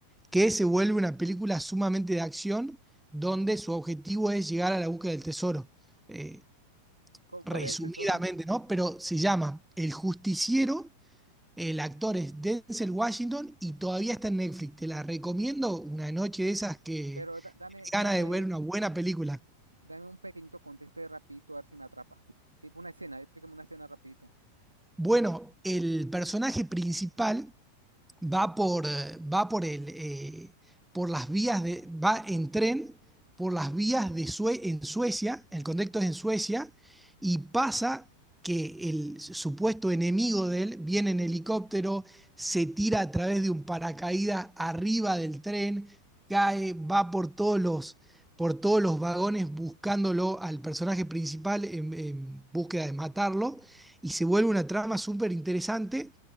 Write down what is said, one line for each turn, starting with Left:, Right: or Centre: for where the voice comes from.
Centre: que se vuelve una película sumamente de acción donde su objetivo es llegar a la búsqueda del tesoro. Eh,
Right: ¿Cu-
Centre: resumidamente,
Right: ¿Cuál es el tesoro?
Centre: ¿no? Pero se llama El Justiciero, el actor es Denzel Washington y todavía está en Netflix. Te la recomiendo una noche de esas que
Right: Pero da- dame,
Centre: gana
Right: dame,
Centre: de ver una buena película.
Right: dame un pequeñito contexto de rapidito a ver si me atrapa. Tipo una escena, explícame una escena rapidito.
Centre: Bueno, el personaje principal va por, eh, va por el, eh, por las vías de, va en tren por las vías de Sue- en Suecia, el contexto es en Suecia, y pasa que el supuesto enemigo de él viene en helicóptero, se tira a través de un paracaídas arriba del tren, cae, va por todos los, por todos los vagones buscándolo al personaje principal en, en búsqueda de matarlo, y se vuelve una trama súper interesante